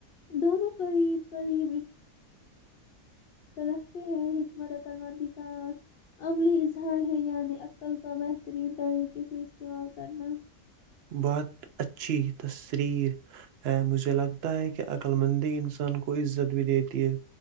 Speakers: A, on the left; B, on the right.
A: دونوں قریب قریب رکھتے ہیں حکمت عقل وندی کا عملی اظہار ہے یعنی عقل کا بہترین طریقے سے استعمال کرنا
B: بہت اچھی تشرییر ہے مجھے لگتا ہے کہ عقللمندی انسان کو عزت بھی دیتی ہے